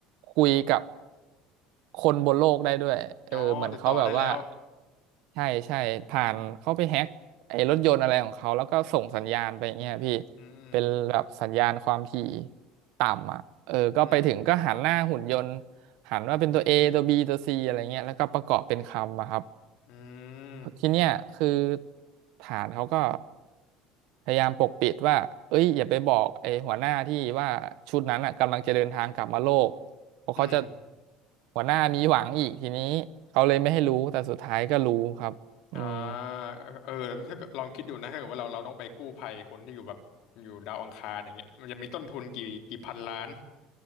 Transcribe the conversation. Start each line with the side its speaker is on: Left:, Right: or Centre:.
Right: คุยกับคนบนโลกได้ด้วยเออเหมือนเขาแบบว่า
Left: อ๋อติดต่อได้แล้ว
Right: ใช่ใช่ผ่านเขาไปแฮ็กไอ้รถยนต์อะไรของเขาแล้วก็ส่งสัญญาณไปอย่างเงี้ยพี่
Left: อืมอืม
Right: เป็นแบบสัญญาณความถี่ต่ำอ่ะเออก็ไปถึงก็หันหน้าหุ่นยนต์
Left: อืม
Right: หันว่าเป็นตัว A ตัว B ตัว C อะไรเงี้ยแล้วก็ประกอบเป็นคำอะครับ
Left: อืม
Right: ทีเนี้ยคือฐานเขาก็พยายามปกปิดว่าเอ้ยอย่าไปบอกไอ้หัวหน้าที่ว่าชุดนั้นอ่ะกำลังจะเดินทางกลับมาโลกเพราะเขาจะ
Left: อืม
Right: หัวหน้ามีหวังอีกทีนี้เขาเลยไม่ให้รู้แต่สุดท้ายก็รู้ครับอืม
Left: อ่าเออถ้าเกิดลองคิดดูนะถ้าเกิดว่าเราเราต้องไปกู้ภัยคนที่อยู่แบบอยู่ดาวอังคารอย่างเงี้ยมันจะมีต้นทุนกี่กี่พันล้าน